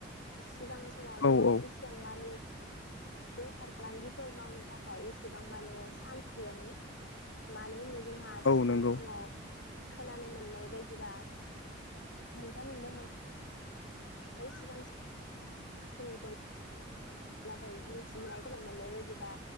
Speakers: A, on the left; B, on the left.
A: सिगां समावथ'
B: औ औ
A: इसां मानि बेफार फालांगिफोर मावनो थाखाय एसेबां माने चान्स गैयामोन मानो होनोबा जों हा सिगां
B: औ नंगौ
A: समाव खोनानो मोननाय बायदिबा जोंथ' नुनो मोनाखै सिगां समनिखौनो नाथाय मिथिनाय खोनानो मोननाय बायदिबा